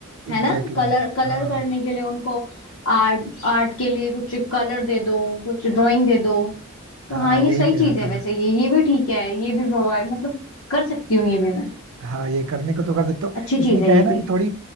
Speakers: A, on the right; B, on the left.
A: एग्जैक्टली
B: है ना कलर
A: exactly.
B: कलर
A: हाँ
B: करने के लिए उनको आर्ट आर्ट के लिए कुछ कलर दे दो कुछ ड्राइंग दे दो तो
A: हाँ
B: हाँ ये
A: यही
B: सही
A: कह
B: चीज
A: रहा
B: है
A: था
B: वैसे
A: मैं
B: ये ये भी ठीक है ये भी प्रोवाइड मतलब कर सकती हूँ ये भी मैं
A: हाँ ये करने को तो कर सकते हो
B: अच्छी चीज
A: इसमें
B: है
A: क्या
B: ये
A: है ना
B: भी
A: कि थोड़ी